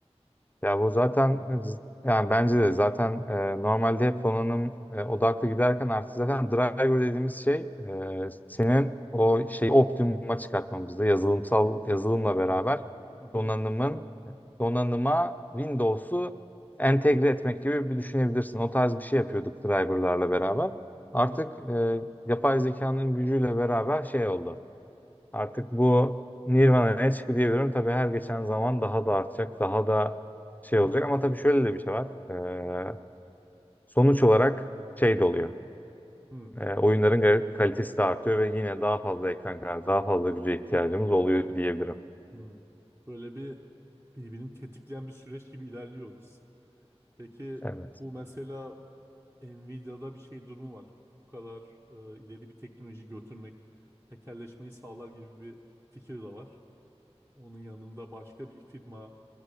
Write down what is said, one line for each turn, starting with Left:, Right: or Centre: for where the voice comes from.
Left: Ya bu zaten e, z- yani bence de zaten e, normalde hep donanım e, odaklı giderken artık zaten driver dediğimiz şey e, senin o şey optimuma çıkartmamızda yazılımsal yazılımla beraber
Right: hı
Left: donanımın donanıma Windows'u entegre etmek gibi bir düşünebilirsin. O tarz bir şey yapıyorduk driverlarla beraber.
Right: hı
Left: Artık
Right: hı
Left: e, yapay zekanın gücüyle beraber şey oldu. Artık bu Nirvana'ya çıktı diyebilirim. Tabii her geçen zaman daha da artacak, daha da şey olacak.
Right: hı
Left: Ama tabii şöyle de bir şey var. Ee, sonuç olarak şey de oluyor.
Right: hı
Left: Ee, oyunların gal- kalitesi de artıyor ve yine daha fazla ekran kartı, daha fazla güce ihtiyacımız oluyor diyebilirim.
Right: hı. hı. Böyle bir birbirini tetikleyen bir süreç gibi ilerliyor ikisi. Peki
Left: Evet.
Right: bu mesela Nvidia'da bir şey durumu var. Bu kadar e, ileri bir teknoloji götürmek tekelleşmeyi sağlar gibi bir fikir de var. Onun yanında başka bir firma